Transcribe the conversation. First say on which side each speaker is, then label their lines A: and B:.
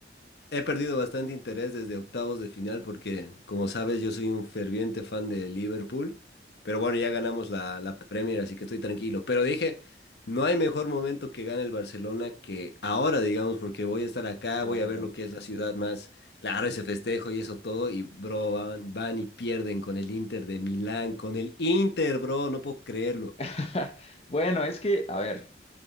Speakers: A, on the left (about 65°); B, on the left (about 35°).
A: he perdido bastante interés desde octavos de final porque, como sabes, yo soy un ferviente fan de Liverpool, pero bueno, ya ganamos la, la Premier, así que estoy tranquilo. Pero dije, no hay mejor momento que gane el Barcelona que ahora, digamos, porque voy a estar acá,
B: Claro.
A: voy a ver lo que es la ciudad más, claro, ese festejo y eso todo, y bro, van, van y pierden con el Inter de Milán, con el Inter, bro, no puedo creerlo.
B: <laughs> Bueno, es que, a ver,